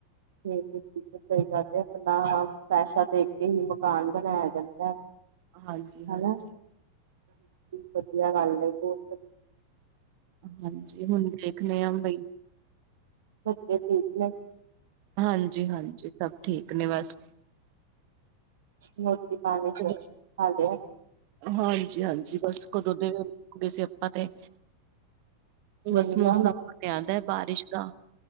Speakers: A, on the right; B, on the right.
A: ਠੀਕ ਐ, ਠੀਕ ਐ, ਸਹੀ ਗੱਲ ਐ, ਆਪਣਾ ਪੈਸਾ ਦੇਖ ਕੇ ਹੀ ਮਕਾਨ ਬਣਾਇਆ ਜਾਂਦਾ।
B: ਹਾਂਜੀ-ਹਾਂਜੀ।
A: ਹਨਾ ਵਧੀਆ ਗੱਲ ਏ, ਬੋਤ ਵਧੀਆ।
B: ਹਾਂਜੀ, ਹੁਣ ਦੇਖਨੇ ਆ ਬਈ
A: ਬੱਚੇ ਠੀਕ ਨੇ?
B: ਹਾਂਜੀ-ਹਾਂਜੀ, ਸਭ ਠੀਕ ਨੇ ਬਸ
A: ਮੋਤੀ ਪਾਣੀ ਖਾ
B: ਬਸ
A: ਲਿਆ?
B: ਹਾਂਜੀ-ਹਾਂਜੀ ਬਸ ਕਦੋਂ ਦੇ <unintelligible> ਸੀ ਆਪਾਂ ਤੇ
A: ਮੈਨੂੰ
B: ਬਸ ਮੌਸਮ
A: ਨਾ
B: ਬਣਿਆ ਦੈ ਬਾਰਿਸ਼ ਦਾ।